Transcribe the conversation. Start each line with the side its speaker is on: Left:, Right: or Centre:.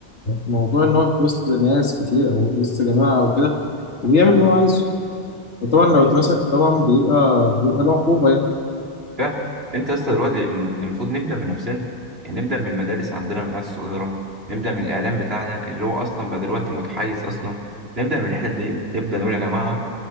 Left: الموضوع ان هو في وسط ناس كتير او وسط جماعه او كده وبيعمل اللي هو عايزه وطبعا لو
Right: ايوه
Left: اتمسك
Right: صح
Left: طبعا بيبقى بيبقى له عقوبه
Right: فعلا انت يا اسطى دلوقتي الم- المفروض نبدا من نفسنا يعني نبدا من المدارس عندنا من العيال الصغيره نبدا من الاعلام بتاعنا اللي هو اصلا بقى دلوقتي متحيز اصلا نبدا من الحته دي نبدا نقول يا جماعه